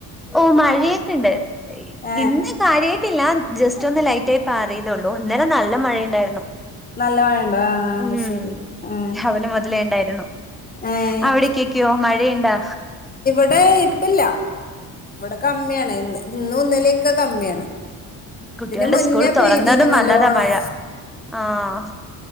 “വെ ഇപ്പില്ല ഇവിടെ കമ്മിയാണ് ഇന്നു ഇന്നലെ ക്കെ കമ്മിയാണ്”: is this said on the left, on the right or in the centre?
Left